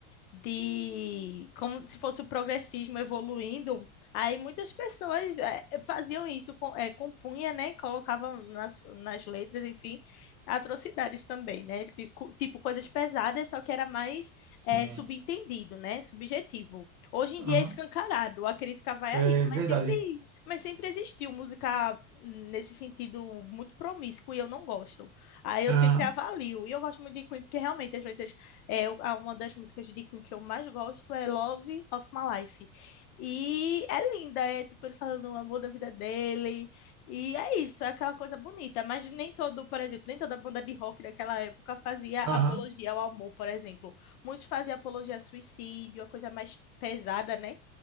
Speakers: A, on the left; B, on the right.
A: de como se fosse o progressismo evoluindo. Aí muitas pessoas eh, faziam isso, com- eh, compunha, né? Colocavam nas, nas letras, enfim, atrocidades também, né? Tipo, tipo coisas pesadas, só que era mais
B: sim.
A: eh, subentendido, né? Subjetivo. Hoje em
B: Aham,
A: dia é escancarado, a crítica vai
B: é
A: a isso, mas
B: verdade.
A: sempre, mas sempre existiu música nesse sentido muito promíscuo e eu não gosto. Aí eu
B: Aham,
A: sempre avalio. E eu gosto muito de Queen porque realmente as letras é, eu- a- uma das músicas de Queen que eu mais gosto é Love of My Life. E é linda, é tipo ele falando o amor da vida dele. E é isso, é aquela coisa bonita. Mas nem todo, por exemplo, nem toda banda de rock daquela época fazia apologia
B: aham.
A: ao amor, por exemplo. Muitos faziam apologia ao suicídio, a coisa mais pesada, né?